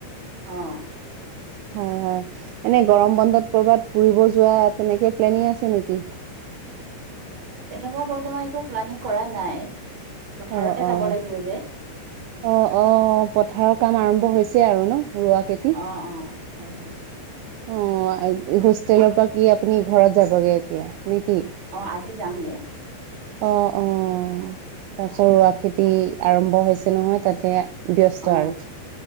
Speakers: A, on the right (about 30°); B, on the right (about 85°).
A: অ'
B: হয়, হয় এনে গৰম বন্ধত ক'ৰবাত ফুৰিব যোৱা তেনেকে প্লেনিং আছে নেকি?
A: তেনেকুৱা বৰ্তমান একো প্লানিং কৰা নাই। পথাৰতে
B: অ'
A: যাব
B: অ'
A: লাগিব যে,
B: অ' অ' পথাৰৰ কাম আৰম্ভ হৈছে আৰু ন ৰোৱা কেইটা
A: অ' অ' পাইছে।
B: অ' হোষ্টেলৰ পৰা কি আপুনি ঘৰত যাবগে এতিয়া নে কি?
A: অ' আজি যামগে
B: অ' অ' তাৰপিছত ৰোৱা খেতি আৰম্ভ হৈছে নহয় তাতে ব্যস্ত
A: অ',
B: আৰু